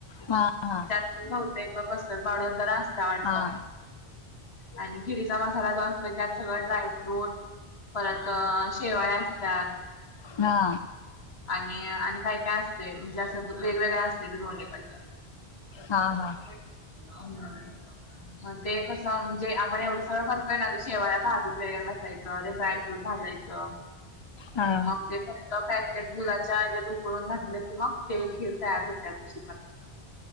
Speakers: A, on the left (about 40°); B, on the left (about 80°).
A: हा हा.
B: बहुतेक कस्टर्ड पावडर जरा असता वाटत.
A: हा
B: आणि खिरीचा मसाला जो असतो त्यात सगळं ड्रायफ्रूट, परत अं शेवाया असत त्या.
A: हा.
B: आणि आणि काय काय असते म्हणजे असं दु वेगवेगळा असते त दोन्ही पण.
A: हा हा.
B: हं. म ते कसं म्हणजे आपण एवढं सगळं करतोय ना, ते शेवाया भाजत वगैरे बसायचं ते ड्रायफ्रूट भाजायचं च.
A: हा
B: मग ते फक्त काय त्यात दुधाच्यात उकळून घातल्या की मग ते खीर तयार होत्या तशीपण.